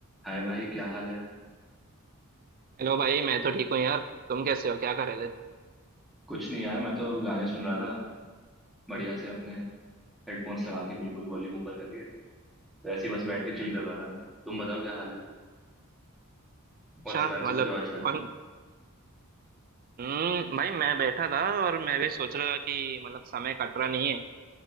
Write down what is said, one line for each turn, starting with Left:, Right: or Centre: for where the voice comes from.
Centre: हाय भाई क्या हाल है
Right: Hello भाई मैं तो ठीक हूँ यार तुम कैसे हो क्या कर रहे थे
Centre: कुछ नहीं यार मैं तो गाने सुन रहा था बढ़िया से अपने हेडफोन्स लगा के बिल्कुल वॉल्यूम ऊपर करके तो ऐसे ही बस बैठ के चिल कर रहा था मैं तुम बताओ क्या हाल है
Right: अच्छा
Centre: कौन से गाने
Right: मतलब
Centre: सुनते हो आजकल
Right: कौन हम्म भाई मैं बैठा था और मैं भी सोच रहा था कि मतलब समय कट रहा नहीं है